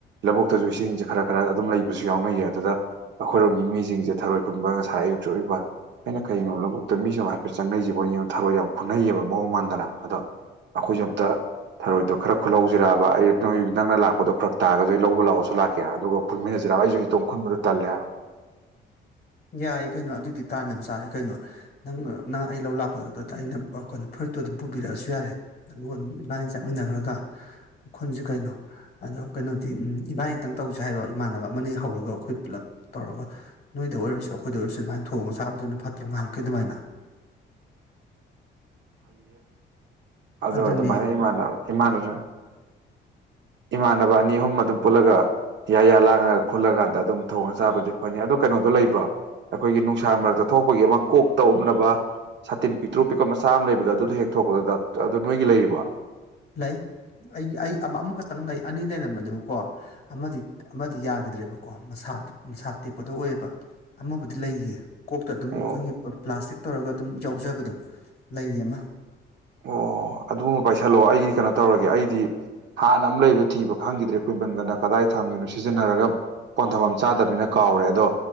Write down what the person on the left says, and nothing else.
<inaudible> ꯌꯥꯏꯌꯦ ꯀꯩꯅꯣ ꯑꯗꯨꯗꯤ ꯇꯥꯟ ꯌꯥꯝ ꯆꯥꯔꯦ ꯀꯩꯅꯣ ꯅꯪ ꯅꯪ ꯑꯩ ꯂꯧ ꯂꯥꯛꯄ ꯑꯗꯨꯗ ꯑꯩꯅ ꯀꯩꯅ ꯐꯨ ꯐꯨꯔꯤꯠꯇꯨ ꯑꯗꯨꯝ ꯄꯨꯕꯤꯔꯛꯑꯁꯨ ꯌꯥꯔꯦ ꯑꯗꯨꯒ ꯑꯗꯨꯝ ꯏꯃꯥꯅꯤ ꯆꯠꯃꯤꯟꯅꯈ꯭ꯔꯒ ꯈꯨꯟꯁꯤ ꯀꯩꯅꯣ ꯑ ꯀꯩꯅꯣꯗꯤ ꯏꯕꯥꯅꯤꯇꯪ ꯇꯧꯁꯦ ꯍꯥꯏꯔꯣ ꯏꯃꯥꯟꯅꯕ ꯑꯃꯅꯤ ꯍꯧꯔꯒ ꯑꯩꯈꯣꯏ ꯄꯨꯜꯂꯞ ꯇꯧꯔꯒꯥꯥ ꯅꯣꯏꯗ ꯑꯣꯏꯔ ꯑꯩꯈꯣꯏꯗ ꯑꯣꯏꯔꯁꯨ ꯑꯗꯨꯃꯥꯏꯅ ꯊꯣꯡꯉꯒ ꯆꯥꯕꯗꯨꯅ ꯐꯠꯇ꯭ꯔꯣ ꯉꯥꯡꯈꯤ ꯑꯗꯨꯃꯥꯏꯅꯥ
ꯑꯗꯨꯅꯤ
ꯂꯩ ꯂꯩ ꯑꯩ ꯑꯩ ꯑꯃꯥꯈꯛꯇꯪ ꯂꯩ ꯑꯅꯤ ꯂꯩꯔꯝꯕꯅꯦꯕꯀꯣ ꯑꯃꯗꯤ ꯑꯃꯗꯤ ꯌꯥꯈꯤꯗ꯭ꯔꯦꯕꯀꯣ ꯃꯁꯥ ꯁꯥ ꯇꯦꯛꯄꯗꯣ ꯑꯣꯏꯌꯦꯕ ꯑꯃꯕꯨꯗꯤ ꯂꯩꯔꯤꯌꯦ <unintelligible> ꯀꯣꯛꯇ ꯑꯗꯨꯝ
ꯑꯩꯈꯣꯏꯒꯤ ꯄ꯭ꯂꯥꯁꯇꯤꯛ ꯇꯧꯔꯒ ꯑꯗꯨꯝ ꯌꯥꯎꯖꯕꯗꯣ ꯂꯩꯔꯤ ꯑꯃ